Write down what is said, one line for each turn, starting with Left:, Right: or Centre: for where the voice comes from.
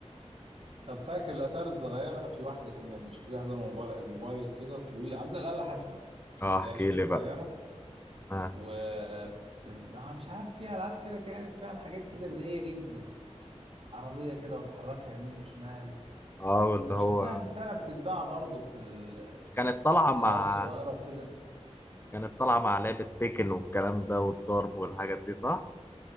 Right: طب فاكر الاتاري الصغيره في واحده كنا بنشتريها زي الموبايل, الموبايل كده طويل عامل زي الاله الحاسبه
Left: اه احكي
Right: ليها شاشه
Left: لي
Right: صغيره
Left: بقى اه
Right: و بتم- مش عارف فيها العاب كده كانت فيها حاجات كده بدائيه جدا عربيه كده وتحركها يمين وشمال
Left: اه اللي
Right: انا
Left: هو
Right: شفتها من سنه بتتباع برضه في ال...
Left: كانت طالعة
Right: للعيال
Left: مع
Right: الصغيره وكده
Left: كانت طالعة مع لعبة تيكن والكلام ده والضرب والحاجات دي صح؟